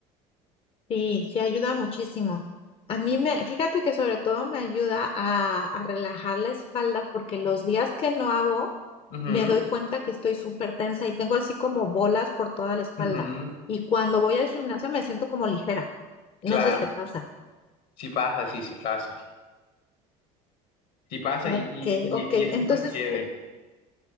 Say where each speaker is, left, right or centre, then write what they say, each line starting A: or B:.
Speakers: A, on the left; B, on the left.
A: Sí, sí ayuda muchísimo. A mí me, fíjate que sobre todo me ayuda a, a relajar la espalda porque los días que no hago
B: Ujú.
A: me doy cuenta que estoy súper tensa y tengo así como bolas por toda la espalda.
B: Ujú,
A: Y cuando voy al gimnasio me siento como ligera. No
B: Claro,
A: sé si te pasa.
B: sí pasa, sí, sí pasa. Sí pasa
A: Ok,
B: y, y, y,
A: ok.
B: y es
A: Entonces,
B: súper chévere.